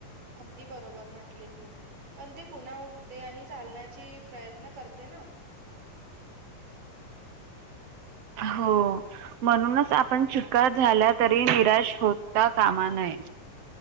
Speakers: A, on the right; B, on the right.
A: अगदी बरोबर म्हंटली तू पण ते पुन्हा उठते आणि चालण्याची प्रयत्न करते ना
B: हो म्हणूनच आपण चुका झाल्या तरी निराश होता कामा नये